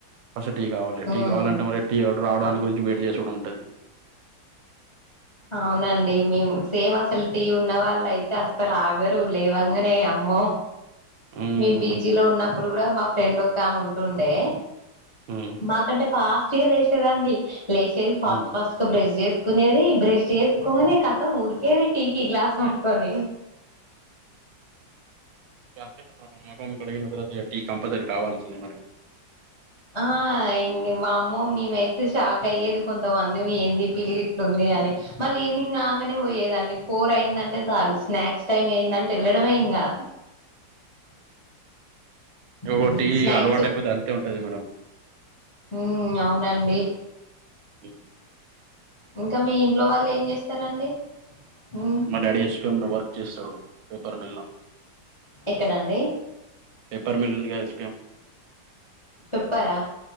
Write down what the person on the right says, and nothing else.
ఫస్ట్ టీ కావాలి టీ
కావాలంటే మరి టీ వోడు రావడానికి
గురించి వెయిట్ చేసుడు ఉంటది
మ్మ్
ఉమ్
మ్మ్
అంతకి మనం మొగం కడిగిన తర్వాత ఇగ టీ కంపల్సరీ కావాల్సిందే మరి.
ఉమ్ టీ
అలవాటైపోతే అంతే ఉంటది మేడం.
ఉమ్
మా డాడీ ఎస్టమ్ లో వర్క్ చేస్తడు పేపర్ మెల్లో.
పేపర్ మిల్ ఉంది ఎస్ పి ఎమ్